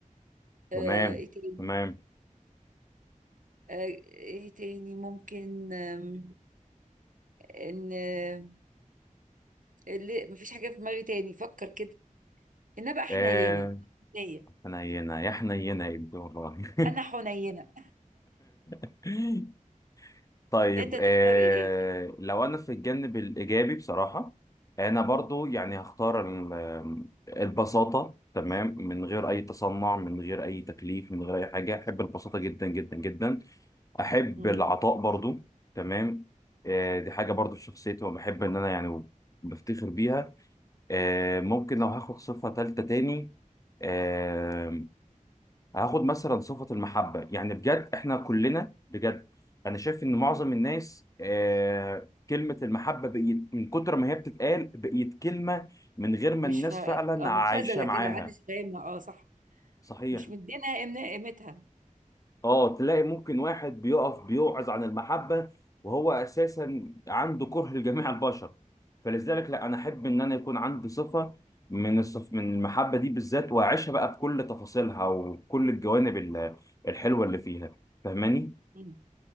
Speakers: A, on the right (about 75°); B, on the left (about 25°).
A: آه،
B: تمام
A: ايه تاني
B: تمام
A: آه، ايه تاني ممكن آم، ان آه، اللي مفيش حاجه في دماغي تاني فكر كده انا بقى حنينه
B: آه
A: حنيه
B: حنينه يا حنينه يا ابني والله
A: انا حنينه
B: <laughs> طيب
A: انت
B: آه
A: تختار ايه
B: لو انا في الجانب الايجابي بصراحه انا برضو يعني هختار ال- البساطه تمام من غير اي تصنع من غير اي تكليف من غير اي حاجه احب البساطه جدا جدا جدا احب
A: مم.
B: العطاء برضو تمام آه دي حاجه برضو في شخصيتي وبحب ان انا يعني بفتخر بيها آه ممكن لو هاخد صفه ثالثه تاني آه، هاخد مثلا صفة المحبة يعني بجد احنا كلنا بجد انا شايف ان معظم الناس آه كلمة المحبة بقيت من كتر ما هي بتتقال بقيت كلمة من غير ما
A: مش
B: الناس
A: فا...
B: فعلا
A: آه، مبتذله
B: عايشة معاها
A: كده محدش فاهمها اه صح
B: صحيح
A: مش مدينا قيمنا- قيمتها
B: اه تلاقي ممكن واحد بيقف بيوعظ عن المحبة وهو اساسا عنده كره لجميع البشر فلذلك لا انا احب ان انا يكون عندي صفة من الصف من المحبة دي بالذات واعيشها بقى بكل تفاصيلها وكل الجوانب ال- الحلوة اللي فيها فاهماني؟
A: مم.